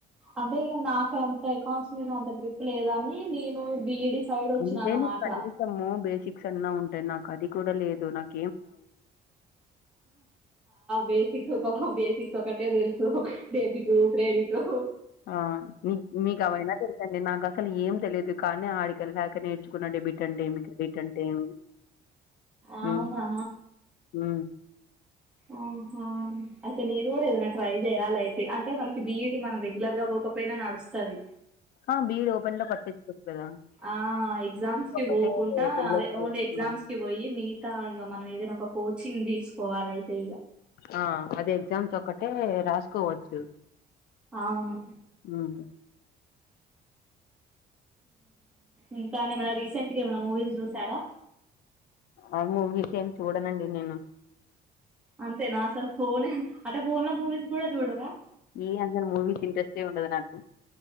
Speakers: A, in the centre; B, on the left.
A: అంటే ఈ నాక ఏకాన్స్ మీద అంత గ్రిప్ లేదని నేను బిఈడి సైడ్ వచ్చినా
B: అంతే
A: అన్నమాట
B: నీకు కనిసము బేసిక్స్ అన్నా ఉంటాయి నాకు అది కూడా లేదు నాకు
A: బేసిక్స్ ఒక బేసిక్స్ ఒక ఒకటే తెలుసు డెబిట్ క్రెడిట్ <unintelligible>
B: ఆ నీ మీకు అవైనా తెలుసండి నాకు అసలు ఏం తెలిదు కానీ ఆడిక వెళ్ళక నేర్చుకున్నాడుడబిట్ంటే ఏమి బీట్ంటే ఏమి
A: అవునా
B: ఉ ఉ
A: ఉ అయితే నేను కూడా ఏదనా ట్రై చేయాలి అయితే అంటే మనకి బిఈడి మనం రెగ్యులర్ గా పోకపోయినాడు వస్తుంది
B: ఆ బీడ్ ఓపెన్ లో కట్టించు కదా
A: ఆ ఎగ్జామ్స్ కి
B: ఒక్కటే
A: పోకుండా
B: వెళ్ళొచ్చు
A: అదే ఓన్లీ ఎగ్జామ్స్
B: ఆ
A: కి పోయి మిగతా ఇ మనం ఏదైనా ఒక కోచింగ్ తీసుకోవాలయితే ఇక
B: ఆ అది ఎగ్జామ్స్ ఒక్కటే రాసుకోవచ్చు
A: అవును
B: ఉమ్
A: ఇంకానే ఏమ రీసెంట్ గా ఏమనా మూవీస్ చూసారా
B: ఆ మూమిస్ఏమి చూడనండి నేను
A: అంతే నా ఆసలు ఫోన్ అంట ఫోన్ లో మూవీస్ కూడాడా జోడరా
B: ఏ అజల్ మూవిస్ ఇండ్రస్ట్రే ఉండది నాకు